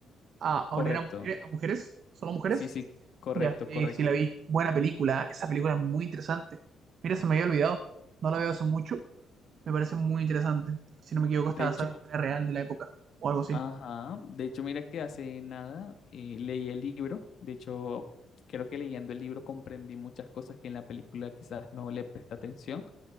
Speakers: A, on the right; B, on the left.
A: a oler
B: Correcto,
A: a mujeres, a mujeres, solo mujeres.
B: sí, sí, correcto,
A: Ya, sí,
B: correcto.
A: sí la vi. Buena película, esa película es muy interesante. Mira, se me había olvidado, no la veo hace mucho, me parece muy interesante. Si no me equivoco,
B: De
A: estaba
B: hecho,
A: basada en una historia real de la época o algo así.
B: Ajá, de hecho, mira que hace nada eh, leí el libro, de hecho, creo que leyendo el libro comprendí muchas cosas que en la película quizás no le presta atención